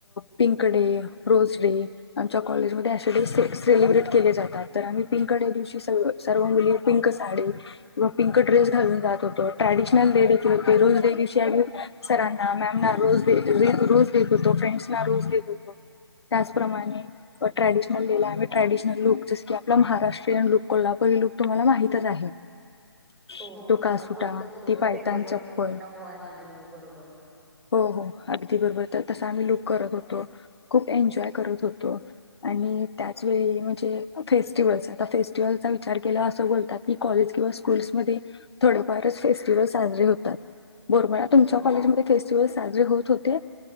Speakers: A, on the left (about 70°); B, in the centre.
A: पिंक डेज रोज डेज आमच्या कॉलेजमध्ये अशे डेज सती सेलिब्रेट केले जातात. तर आम्ही पिंक डे दिवशी सगळं सर्व मुली पिंक साडी व पिंक ड्रेस घालून जात होतो. ट्रॅडिशनल डे देखील होते. रोझ डे दिवशी आम्ही सरांना, मॅम ना रोझ देत, रोझ देत होतो. फ्रेंडस ना रोझ देत होतो. त्याचप्रमाणे व ट्रॅडिशनल डेला, ट्रॅडीशनल लुक जसं की आपला महाराष्ट्रीयन लुक, कोल्हापूरी लुक तुम्हांला माहितच आहे. <inaudible>
B: हो, कोल्हापूरी
A: कासुटा
B: तर लूक
A: ती पायतान
B: फेमसच
A: चप्पल
B: आहे. नऊवारी यू बरोबर.
A: हो, हो अगदी बरोबर. तर तसा आम्ही लुक करत होतो. खूप एन्जॉय करत होतो. आणि त्याचवेेळी म्हणजे फेस्टिवल्स आता फेस्टिवलचा विचार केल्यावर असं बोलतात की कॉलेज किंवा स्कूल्स मध्ये थोडं फारच फेस्टिवल साजरे होतात. बोरबाळा तुमच्या
B: हो
A: कॉलेजमध्ये फेस्टिवल साजरे होत होते.